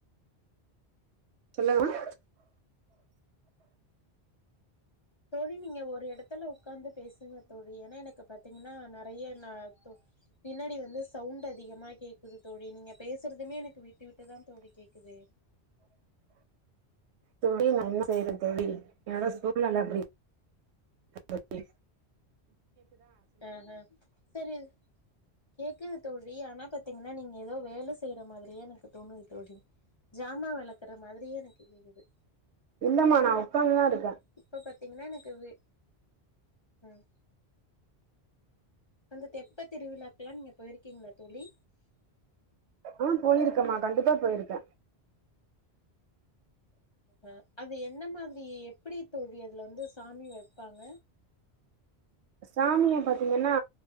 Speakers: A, on the right; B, on the left.
A: சொல்லுங்கமா
B: தோழி நீங்க ஒரு எடத்துல உக்காந்து பேசுங்க தோழி எனா எனக்கு பத் த்தீங்கன்னா நெறைய நா து பின்னாடி வந்து சவுண்டு அதிகமா கேக்குது தோழி நீங்க பேசுறதுமே எனக்கு விட்டுவிட்டுதா தோழி கேக்குது
A: தோழி நா செய்யற தோழி என்னோட சூழ்நில அப்பிடி தோழி
B: ஆ அ சேரி கே க்கு தோழி ஆனா பாத்தீங்கன்னா நீங்க எதோ வேல செய்யற மாதிரியே எனக்கு தோணுது தோழி ஜாமா வெளக்குற மாதிரியே எனக்கு கேக்குது
A: இல்லம்மா நா உக்காந்துதா இருக்
B: இப்ப பாத் பத்தீங்கன்னா எனக்கு வீ ம் அந்த தெப்ப திருவிழாக்கெல்லா நீங்க போயிருக்கீங்களா தோழி
A: ஆா போயிருக்கேன்மா கண்டிப்பா போயிருக்கே
B: அ அது என்ன மாதிரி எப்பிடி தோழி அதுல வந்து சாமிவப்பாங்க
A: சாமிய பாத்தீங்கன்னா